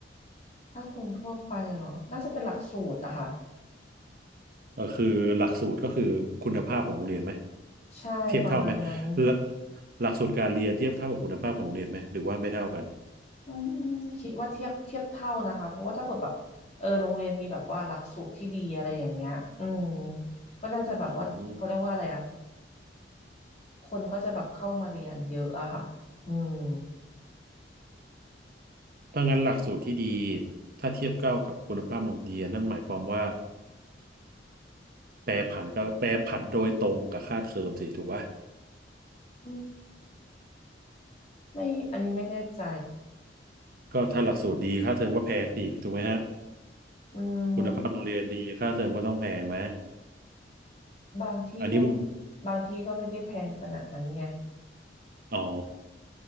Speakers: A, on the left (about 35°); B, on the right (about 50°).
A: ถ้าคนทั่วไปเหรอน่าจะเป็นหลักสูตรอะค่ะ
B: เออคือหลักสูตรก็คือคุณภาพของโรงเรียนไหม
A: ใช่ประมาณนั้น
B: เทียบเท่าไหมหลักหลักสูตรการเรียนเทียบเท่ากับคุณภาพของโรงเรียนไหมหรือว่าไม่เท่ากัน
A: อืมคิดว่าเทียบเทียบเท่านะคะเพราะว่าถ้าเปิดแบบเออโรงเรียนมีแบบว่าหลักสูตรที่ดีอะไรอย่างเงี้ยอืมก็น่าจะแบบว่าเขาเรียกว่าอะไรอะ
B: อืม
A: คนก็จะแบบเข้ามาเรียนเยอะอะค่ะอืม
B: ถ้างั้นหลักสูตรที่ดีถ้าเทียบเท่ากับคุณภาพโรงเรียนนั่นหมายความว่าแปรผันก็แปรผันโดยตรงกับค่าเทอมสิถูกปะ
A: อืม ไม่อันนี้ไม่แน่ใจ
B: ก็ถ้าหลักสูตรดีค่าเทอมก็แพงสิถูกไหมฮะ
A: อืม
B: คุณภาพโรงเรียนดีค่าเทอมก็ต้องแพงไหม
A: บางที่ก็
B: อันนี้มุม
A: บางที่ก็ไม่ได้แพงขนาดนั้นไง
B: อ๋อ